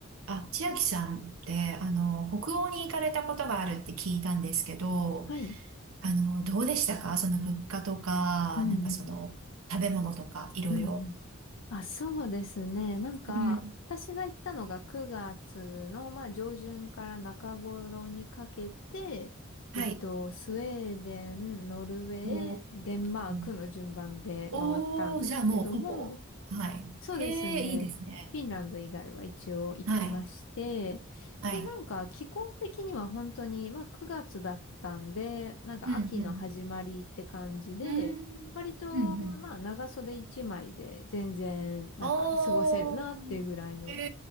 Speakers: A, on the right; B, on the left.
A: あ、千秋さんって、あの、北欧に行かれたことがあるって聞いたんですけど、
B: はい。
A: あの、どうでしたかその物価とか、
B: うんうん。
A: なんかその、食べ物とか、いろいろ。
B: うんうん。あ、そうですね。なんか、
A: うん。
B: 私が行ったのが9月の、まあ、上旬から中頃にかけて、
A: はい。
B: えっと、スウェーデン、ノルウェー、
A: おー、
B: デンマークの順番で回ったんですけども、
A: うんおー、じゃあもうほぼ。はい。
B: そうですね。
A: へえ、いいですね。
B: フィンランド以外は一応行きまして、
A: はい。はい。
B: で、なんか気候的には本当に、まあ9月だったんで、なんか秋の始まりって感じで、
A: うん、うん。うんうんうん
B: 割と、まあ長袖一枚で全然、なんか過ごせるなっていうぐらいの
A: おー。へ